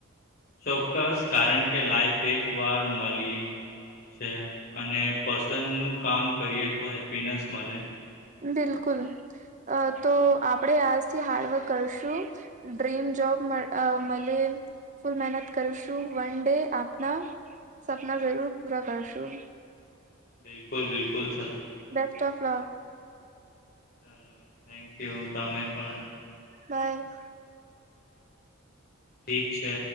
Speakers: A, on the left; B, on the right.
A: ચોક્કસ. કારણ કે લાઈફ એક વાર મળી છે અને પસંદનું કામ કરીએ તો હેપીનેસ મળે.
B: બિલકુલ તો આપણેે આજથી હાર્ડવર્ક કરશું ડ્રીમ જોબ મળે ફૂલ મહેનત કરશું. વન ડે આપના સપના જરૂર પૂરા કરશું.
A: બિલકુલ-બિલકુલ.
B: Best of luck.
A: Hello. Thank you તમે પણ.
B: બાય
A: ઠીક. છે.